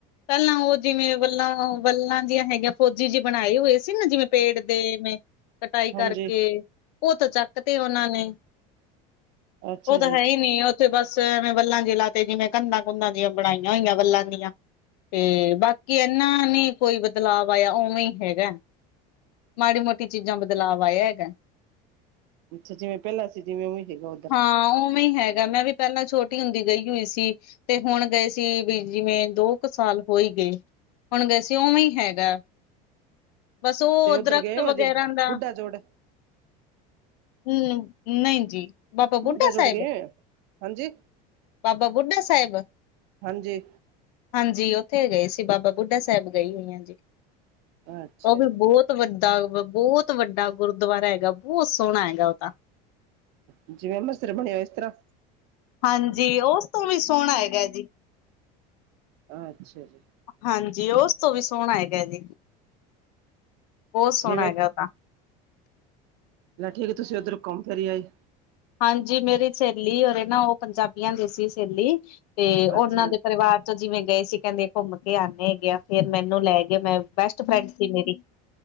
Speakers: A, on the left; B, on the right.
A: ਪਹਿਲਾਂ ਉਹ ਜਿਵੇਂ ਵੱਲਾਂ ਵੱਲਾਂ ਜਿਆਂ ਹੈਗੀਆਂ ਫੌਜੀ ਜਿ ਬਣਾਏ ਹੋਏ ਸੀ ਨਾ ਜਿਵੇਂ ਪੇੜ ਦੇਵੇ। ਕਟਾਈ ਕਰਕੇ
B: ਹਾਂਜੀ
A: ਉਹਥ ਚੱਕ ਤੇ ਉਹਨਾਂ ਨੇ।
B: ਅੱਛਾ
A: ਉਹ ਤਾਂ
B: ਜੀ
A: ਹੈ, ਹੀ ਨੀ। ਉੱਥੇ ਬਸ ਐਵੇਂ ਵੱਲਾਂ ਜੇ ਲ ਤੇ ਜਿਵੇਂ ਕੰਧਾਂ- ਕੁੰਧਾਂ ਦੀਆਂ ਬਣਾਈਆਂ ਹੋਈਆਂ ਵਲਾਂ ਦੀਆਂ, ਤੇ ਬਾਕੀ ਇਹਨਾ ਨੀ। ਕੋਈ ਬਦਲਾਵ ਆਇਆ ਉਵੇਂ ਹੀ ਹੈਗਾ। ਮਾੜੀ -ਮੋਟੀ ਚੀਜ਼ਾਂ ਬਦਲਾਵ ਆਇਆ ਹੈਗਾ।
B: ਅੱਛਾ ਜਿਵੇਂ ਪਹਿਲਾਂ ਸੀ ਜਿਵੇਂ ਉਵੇਂ ਹੈਗਾ ਉੱਧਰ
A: ਹਾਂ ਉਵੇਂ ਹੀ ਹੈਗਾ। ਮੈਂ ਵੀ ਪਹਿਲਾਂ ਛੋਟੀ ਹੁੰਦੀ ਗਈ। ਹੋਈ ਸੀ। ਤੇ ਹੁਣ ਗਏ ਸੀ ਵੀ, ਜਿਵੇਂ ਦੋ ਕੁ ਸਾਲ ਹੋਈ ਗਏ। ਹੁਣ ਵੈਸੇ ਉਵੇਂ ਹੀ ਹੈਗਾ। ਬਸ ਹੋ
B: ਤੇ ਉੱਧਰ
A: ਦਰਖਤ
B: ਗਏ ਹੋ
A: ਵਗੈਰਾ
B: ਜੇ
A: ਦਾ।
B: ਬੁੱਢਾ ਜੋੜ
A: ਹਮ, ਨਹੀਂ ਜੀ। ਬਾਬਾ
B: ਬੁੱਢਾ ਜੁੜ
A: ਸਾਹਿਬ
B: ਗਏ। ਹਾਂਜੀ।
A: ਬਾਬਾ ਬੁੱਢਾ ਸਾਹਿਬ।
B: ਹਾਂਜੀ
A: ਹਾਂਜੀ। ਉੱਥੇ ਗਏ ਸੀ ਬਾਬਾ ਬੁੱਢਾ ਸਾਹਿਬ ਗਏ ਹੋਈਆਂ ਜੀ।
B: ਅੱਛਾ
A: ਉਹ ਵੀ
B: ਜੀ
A: ਬਹੁਤ ਵੱਡਾ ਬਹੁਤ, ਵੱਡਾ ਗੁਰਦੁਆਰਾ ਹੈਗਾ। ਬਹੁਤ ਸੋਹਣਾ ਹੈਗਾ। ਉਹ ਤਾਂ
B: ਜਿਵੇਂ ਮਸਿਰ ਬਣਿਆ ਹੋ ਇਸ ਤਰ੍ਹਾਂ।
A: ਹਾਂਜੀ, ਉਸ ਤੋਂ ਵੀ ਸੋਹਣਾ ਹੈਗਾ ਜੀ।
B: ਅੱਛਾ ਜੀ।
A: ਹਾਂਜੀ। ਉਸ ਤੋਂ ਵੀ ਸੋਹਣਾ ਹੈਗਾ ਜੀ ਬਹੁਤ ਸੋਹਣਾ
B: ਜਿਵੇਂ
A: ਹੈਗਾ। ਉਹਦਾ-
B: ਚ' ਠੀਕ ਤੁਸੀਂ ਉੱਧਰ ਘੁੰਮ ਫਰੀ ਆ ਜੀ।
A: ਹਾਂਜੀ, ਮੇਰੀ ਸਹੇਲੀ ਰੇ ਨਾ ਉਹ ਪੰਜਾਬੀਆਂ ਦੇ ਸੀ ਸਹੇਲੀ। ਤੇ ਉਹਨਾਂ
B: ਅੱਛਾ
A: ਦੇ ਪਰਿਵਾਰ ਜਿਵੇਂ ਗਏ ਸੀ ਕਹਿੰਦੇ ਘੁੰਮ ਕੇ ਆਉਂਦੇ ਹੈਗੇ ਫੇਰ ਮੈਨੂੰ ਲੈ ਗ ਮੈਂ ਬੈਸਟ ਫਰੈਂਡ ਸੀ ਮੇਰੀ।